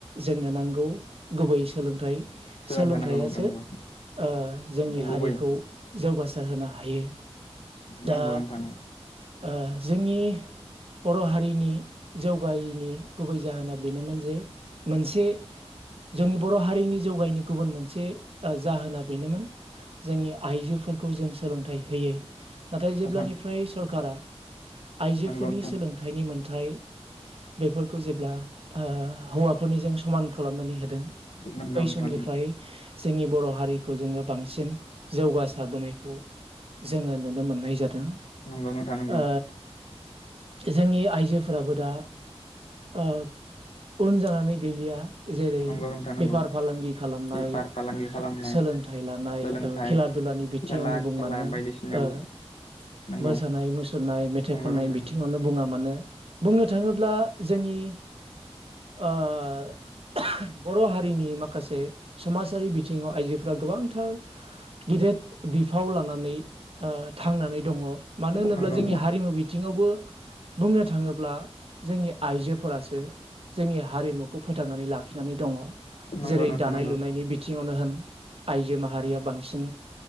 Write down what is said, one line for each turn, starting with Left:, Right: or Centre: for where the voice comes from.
Right: जोंनो नांगौ गुबै सोलोंथाइ
Left: सोलों
Right: सोलोंथाइयासो
Left: थानांगौ नोंथां नंगौ
Right: ओ जोंनि
Left: गुबै
Right: हारिखौ जौगासार होनो हायो दा
Left: नंगौ नोंथां
Right: ओ जोंनि बर' हारिनि जौगायैनि गुबै जाहोना बेनोमोन जे मोनसे
Left: <inaudible>
Right: जोंनि बर' हारिनि जौगानायनि गुबुन मोनसे ओ जाहोना बेनोमोन जोंनि आइजोफोरखौ जों सोलोंथाइ होयै नाथाय
Left: नंगौ
Right: जेब्लानिफ्राय सरखारा आइजोफोरनि
Left: नंगौ नोंथां
Right: सोलोंथाइनि मोनथाय बेफोर खौ जेब्ला ओ हौवाफोरनिजों समान खालामनानै होदों
Left: नंगौ
Right: बै
Left: नोंथां
Right: समनिफ्राय जोंनि बर' हारि खौ जोङो बांसिन जौगासारबोनायखौ जोङो नुनो मोननाय जादों
Left: नंगौ नोंथां नंगौ
Right: ओ जोंनि आइजोफोराबो दा ओ उन जानानै गैलिया जेरै
Left: नंगौ नोंथां नंगौ
Right: बेफार फालांगि खालामनाय
Left: बेफार फालांगि खालामनाय
Right: सोलोंथाइ लानाय
Left: सोलोंथाइ
Right: खेला दु लानि बिथिङावबो
Left: खेला खेला
Right: मानो
Left: बायदिसिनायावबो
Right: ओ
Left: नंगौ
Right: मोसानाय मोस मुसुरनाय मेथाइ
Left: नंगौ
Right: खननाय
Left: नोंथां
Right: बिथिङावनो
Left: नंगौ
Right: बुङा मानो बुंनो थाङोब्ला जोंनि ओ <unintelligible> बर' हारिनि मा खासे समाजारि बिथिङाव आइजोफोरा गोबांथार गेदेद बिफाव लानानै ओ थांनानै दङ मानो होनोब्ला
Left: नंगौ
Right: जोंनि हारिमु बिथिङावबो बुंनो थाङोब्ला जोंनि आइजोफोरासो जोंनि हारिमुखौ फोथांनानै लाखिनानै दङ
Left: नंगौ
Right: जेरै
Left: नोंथां
Right: दानाय
Left: नंगौ
Right: लुनायनि बिथिङावनो होन आइजो माहारिया बांसिन